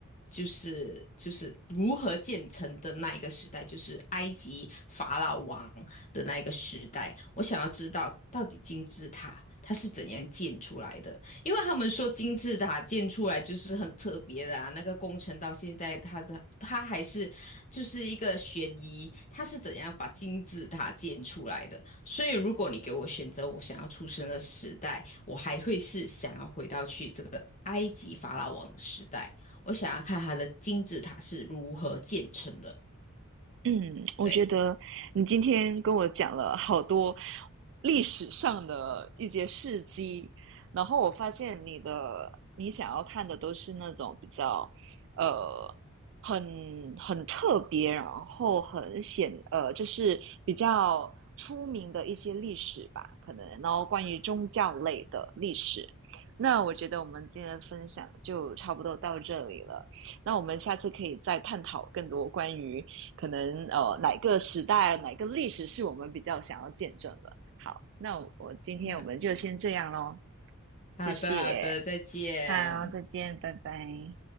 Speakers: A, on the left; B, on the right.
A: 就是就是如何建成的那一个时代，就是埃及法老王的那一个时代。我想要知道到底金字塔它是怎样建出来的，因为他们说金字塔建出来就是很特别的啊。那个工程到现在，它的它还是就是一个悬疑，它是怎样把金字塔建出来的？所以如果你给我选择，我想要出生的时代，我还会是想要回到去这个埃及法老王的时代。我想要看它的金字塔是如何建成的。
B: 嗯，我觉得你今天跟我讲了好多
A: 对，
B: 历史上的一些事迹，然后我发现你的你想要看的都是那种比较呃很很特别，然后很显呃就是比较出名的一些历史吧，可能然后关于宗教类的历史。那我觉得我们今天的分享就差不多到这里了。那我们下次可以再探讨更多关于可能呃哪个时代、哪个历史是我们比较想要见证的。好，那我我今天我们就先这样喽，
A: 那好的好的，
B: 谢谢，
A: 再见。
B: 好，再见，拜拜。